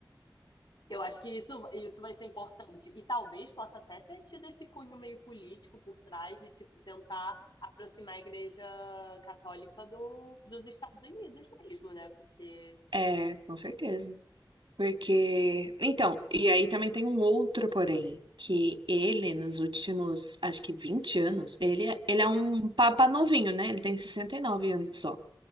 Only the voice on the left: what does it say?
Eu acho que isso, isso vai ser importante. E talvez possa até ter tido esse cunho meio político por trás de, tipo, tentar aproximar a Igreja Católica do, dos Estados Unidos mesmo, né? Porque.